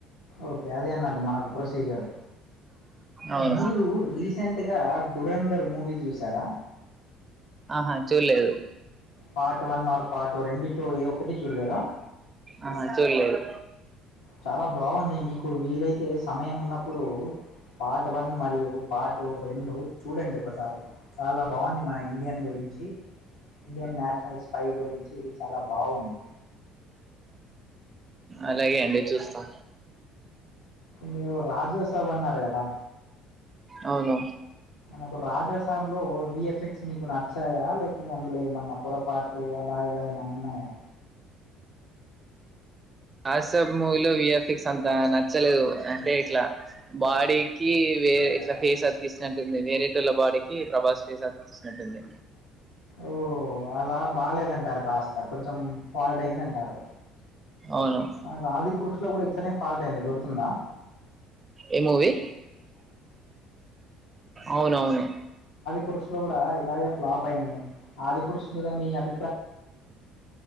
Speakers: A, on the left (about 85°); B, on the right (about 30°).
A: ఓకే అది అన్నట్టు మనకు ప్రొసీజర్
B: అవును
A: మీరు రీసెంట్గా ధురేంధర్ మూవీ చూశారా
B: ఆహా చూడలేదు
A: పార్ట్ వన్ ఆర్ పార్ట్ రెండిట్లో ఏ ఒక్కటి చూడలేదా
B: ఆహా చూడలేదు
A: చాలా బాగుంది మీకు వీలైతే సమయం ఉన్నప్పుడు ఇప్పుడు పార్ట్ వన్ మరియు పార్ట్ రెండు చూడండి ఒకసారి చాలా బాగుంది మన ఇండియన్ గురించి ఇండియన్ నేషనల్ స్పై గురించి చాలా బాగుంది
B: అలాగే అండి చూస్తా
A: మీరు రాజ్యసబ్ అన్నారు కదా
B: అవును
A: నాకు రాజా పసాబ్లో విఎఫ్ఎక్స్ మీకు నచ్చాయా లేకపోతే అందులో ఏమన్నా పొరపాట్లు అలా ఇలా ఏమైన్నా ఉన్నాయా
B: హసప్ మూవీలో విఎఫ్ఎక్స్ అంత నచ్చలేదు అంటే ఇట్లా బాడీకి వేరే ఇట్లా ఫేస్ అతికిచ్చినట్టుంది వేరేటళ బాడీకి ప్రభాస్ ఫేస్ అతికిస్తుినట్టుంది
A: ఓ అలా బాలేదంటారు కాస్త కొంచెం ఫాల్ట్ అయింద అంటారు
B: అవును
A: మ ఆదిపురుష లో కూడా ఎత్తనే ఫాల్ట్ అయింది గురుతుందా
B: ఏ మూవీ అవునవును
A: పురుషు లో కూడా ఇలాగే ఫ్లాప్ అయింది ఆది పురుష మీద మీ అభ